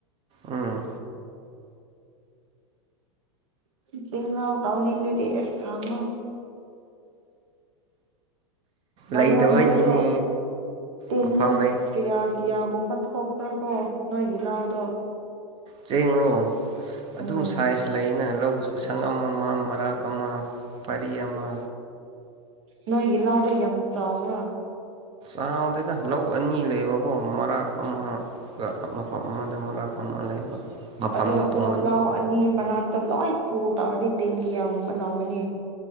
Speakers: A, on the right; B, on the right.
A: ꯎꯝ
B: ꯆꯤꯡꯅꯥꯎ ꯇꯥꯎꯅꯤꯡꯗꯨꯗꯤ ꯑꯦꯁ ꯁꯥꯥꯡꯉꯣ
A: ꯂꯩꯇꯕꯩꯅꯤꯅꯦ
B: ꯑꯣ ꯅꯣꯏꯗꯣ ꯇꯤꯟꯗꯣ
A: ꯃꯐꯝ ꯂꯩ
B: ꯀꯌꯥ ꯀꯤꯌꯥꯒꯨꯝꯕ ꯊꯣꯛꯄ꯭ꯔꯥ ꯀꯣ ꯅꯣꯏꯒꯤ ꯂꯥꯎꯗꯣ
A: ꯆꯦꯡꯡꯂꯣ ꯑꯗꯨꯝ
B: ꯎꯝ
A: ꯁꯥꯏꯖ ꯂꯩꯅ ꯂꯧꯁꯨ ꯁꯪꯉꯝ ꯑꯃ ꯃꯔꯥꯛ ꯑꯃ ꯄꯔꯤ ꯑꯃ
B: ꯅꯣꯏꯒꯤꯜ ꯂꯥꯎꯗꯣ ꯌꯥꯝ ꯆꯥꯎꯕ꯭ꯔꯥ
A: ꯊꯥꯎꯗꯦꯗꯥ ꯂꯧ ꯑꯅꯤ ꯂꯩꯌꯦꯕꯀꯣ ꯃꯔꯥꯛ ꯑꯃꯒ ꯃꯐꯝ ꯑꯃꯗ ꯃꯔꯛ ꯑꯃ ꯂꯩꯕ ꯃꯐꯝꯗ
B: ꯑꯗꯣ ꯑꯗꯣ
A: ꯇꯣꯉꯥꯟꯕ
B: ꯂꯥꯎ ꯑꯅꯤ ꯃꯅꯥꯛꯇ ꯂꯣꯏ ꯐ꯭ꯔꯨꯠ ꯇꯧꯔꯗꯤ ꯇꯤꯟ ꯀꯤꯌꯥꯒꯨꯝꯕ ꯂ ꯂꯧꯒꯅꯤ